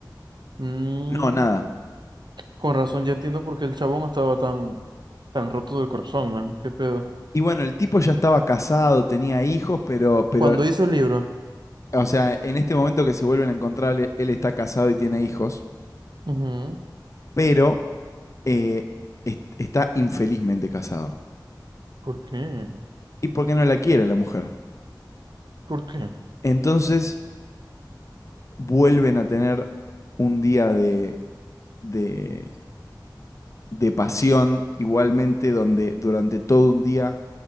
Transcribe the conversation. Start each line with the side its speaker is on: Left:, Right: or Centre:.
Right: Mm,
Left: No, nada.
Right: con razón, ya entiendo por qué el chabón estaba tan, tan roto del corazón, man. ¿Qué pedo?
Left: Y bueno, el tipo ya estaba casado, tenía hijos, pero, pero,
Right: Cuando hizo el libro.
Left: o sea, en este momento que se vuelven a encontrar, él- él está casado y tiene hijos,
Right: Ujú.
Left: pero eh, est- está infelizmente casado.
Right: ¿Por qué?
Left: ¿Y por qué no la quiere la mujer?
Right: ¿Por qué?
Left: Entonces vuelven a tener un día de, de de pasión igualmente, donde durante todo un día